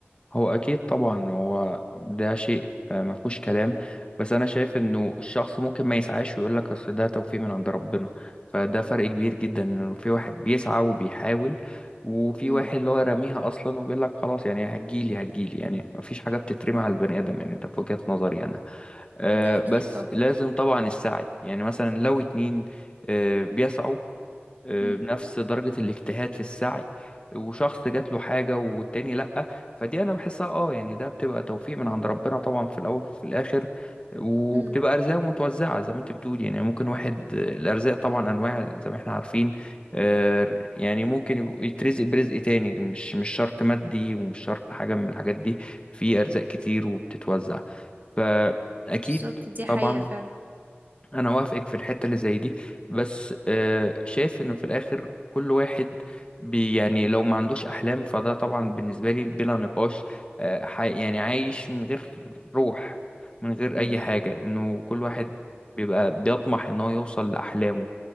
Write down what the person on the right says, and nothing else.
مم.
ده اكيد
طب
مم.
مم.
بالظبط دي حقيقة
فعلا
مم.